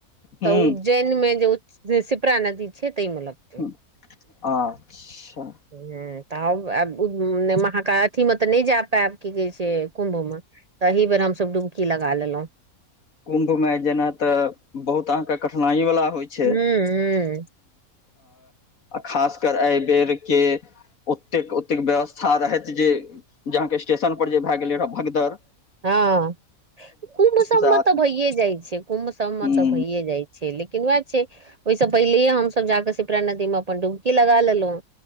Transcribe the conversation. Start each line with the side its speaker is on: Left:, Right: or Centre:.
Left: हूँ
Right: तऽ उज्जैन मे जे सिपरा नदी छै तै में लगते।
Left: ह अच्छा।
Right: ह तऽ अहाँके अथी मे तऽ नहि जा पायब की कहै छै। से कुम्भ में तही बेर हमसब डुमकी लगा लेलहुं।
Left: कुम्भ मे जेना तऽ बहुत अहाँके कठिनाई वालला होइ छै।
Right: हूं हूं
Left: खास कर एहि बेेर के। ओतेक ओतेक व्यवस्था रहैत जे जेहाँके स्टेशन पर जे भए गेलै रह भगदर।
Right: हँ कुम्भ सब मे
Left: आदमी
Right: तऽ भये जाय छै कुम्भ सब मे
Left: ह
Right: तऽ भैे जाय छै। छै लेकिन उएह छै ओहिसँ पहिलेे हमसभ जा कऽ सिपरा नदीमे अपन डुमकी लगा लेलहुँ।